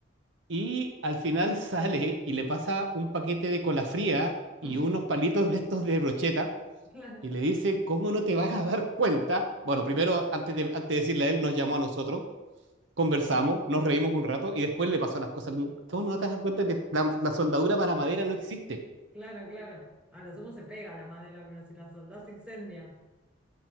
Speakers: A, on the right; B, in the centre.
A: Y al final sale y le pasa un paquete de cola fría y
B: <laughs>
A: unos palitos de estos de brocheta
B: claro,
A: y le dice, ¿cómo no te vas a dar cuenta? Bueno, primero, antes de, antes de decirle a él, nos llamó a nosotros conversamos, nos reímos un rato y después le pasó las cosas al niño. ¿Cómo no te das cuenta que la, la soldadura para madera no existe?
B: claro, claro. A lo sumo se pega la madera, pero si la soldás se incendia.